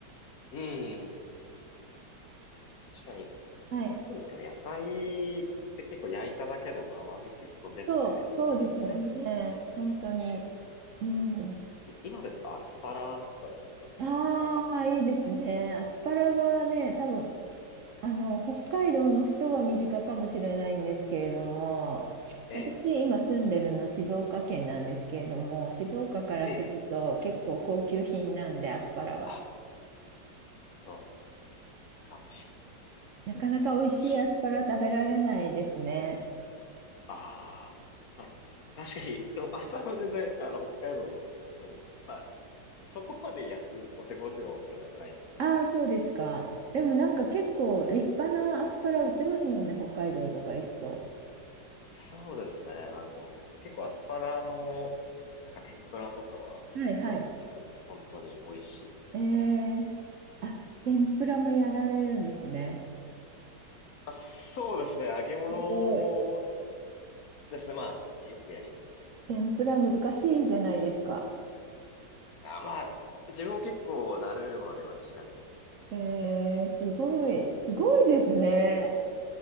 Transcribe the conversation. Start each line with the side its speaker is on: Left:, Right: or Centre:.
Left: ええ、確かに、
Right: <laughs> はい。
Left: そうですよね。野菜って結構焼いただけでも甘みぎゅっと出て、
Right: そう、そうですよね。
Left: しないとか、
Right: 本当に。
Left: 美味しいですよ。
Right: うん。
Left: い今ですとアスパラとかですかね。
Right: ああ、
Left: アスパラガス。
Right: いいですね。アスパラはね、多分、あの、北海道の人は身近かもしれないんですけれども、
Left: ええ、
Right: 私、今住んでるの静岡県なんですけれども、静岡からすると結構高級品なんで、
Left: ええ、
Right: アスパラは。
Left: あ、どうすか。
Right: なかなか美味しいアスパラ食べられないですね。
Left: あああ、まあ、確かに、でも朝は全然、あの、北海道でも、まあ、そこまで安い、お手頃というわけではないので、
Right: ああ、そうですか。でもなんか結構立派なアスパラ売ってますもんね、
Left: あ
Right: 北海道とか行くと。
Left: そうですね、あの、結構アスパラの、なんか天ぷらとかは、
Right: はいはい。
Left: そういうので作ると本当に美味しいですね。
Right: えー、あ、天ぷらもやられるんですね。
Left: まあ、そうですね、揚げ物
Right: すごい。
Left: もす、ですね、まあ、よくやりますね。
Right: 天ぷら難しいじゃないですか。
Left: あ、まあ、自分も結構慣れるまでは時間がかかりましたね。
Right: えー、すごい。すごいですね。